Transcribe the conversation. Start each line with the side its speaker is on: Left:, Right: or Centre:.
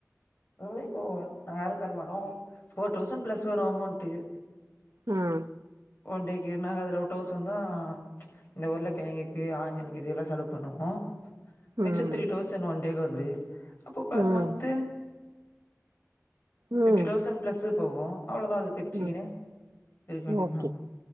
Left: நூவே போ நாங்க யாரோ தரமாட்டோ ஃபோர் டௌசண் ப்ளஸ் இதோரு அமௌண்ட்டு
Right: ம்
Left: ஒன் டேக்கு நாங்க அதுல ஓர் டவுசன்தா இந்த உருளகெழங்குக்கு ஆனியன்கிது இதல செலவு பண்ணோமோ மிச்ச
Right: ம்
Left: த்ரீடௌசண் ஒன் டேக்கு வருது அப்போ பர்
Right: ம்
Left: மந்த்து
Right: ம்
Left: ஃபிஃப்டி டௌசண் ப்ளஸு போகோ அவ்ளதா அது பிச்சிகினு
Right: ம்
Left: இருக்கவேண்டியதா
Right: ஓகே